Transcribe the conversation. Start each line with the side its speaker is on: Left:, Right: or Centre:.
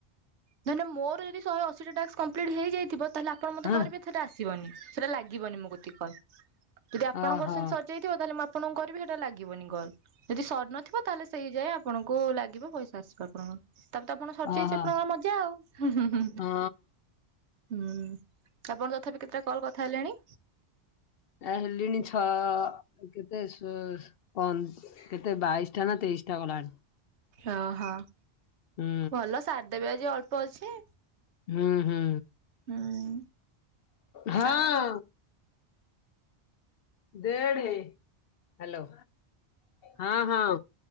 Right: ଧରିନିଅ ମୋର ଯଦି ଶହେ ଅଶୀ ଟା ଟାକ୍ସ କମ୍ପ୍ଲିଟ୍ ହେଇ ଯାଇଥିବ ତାହେଲେ ଆପଣ ମତେ
Left: ହଁ
Right: କରିବେ ସେଟା ଆସିବନି ସେଟା ଲାଗିବନି ମୋ କତିକ କଲ୍ ଯଦି ଆପଣଙ୍କର
Left: ଓହୋ
Right: ସେମତି ସର୍ ଯାଇଥିବ ତାହେଲେ ମୁଁ ଆପଣଙ୍କୁ ହେଟା ଲାଗିବନି କଲ୍ ଯଦି ସରନଥିବ ତାହେଲେ ସେଇ ଯାଏ ଆ ଆପଣଙ୍କୁ ଲାଗିବ ପଇସା ଆସିବ ଆପଣଙ୍କ ତାପରେ ତ ଆପଣ ସରିଯାଇଚି
Left: ଓହୋ ହଁ
Right: ଆପଣଙ୍କର ମଜ ଆଉ ହୁଁ ହୁଁ ହୁଁ
Left: କଣ
Right: ହୁଁ ଆପଣ ତଥାପି କେତେଟା କଲ୍ କରି ଥାଇଲେଣି?
Left: ଆ ହେଲିଣି ଛଅ ଅ କେତେ ଶ ପନ୍ କେତେ ବାଇଶ ଟା ନା ତେଇଶଟା ଗଲାଣି।
Right: ଓହୋ
Left: ହୁଁ
Right: ଭଲ ସାରଦେବେ ଆଜି ଅଳ୍ପ ଅଛି।
Left: ହୁଁ ହୁଁ।
Right: ହୁଁ।
Left: ହଁ
Right: ଆଉ
Left: ଦେଢ଼େ ହାଲୋ ହଁ ହଁ।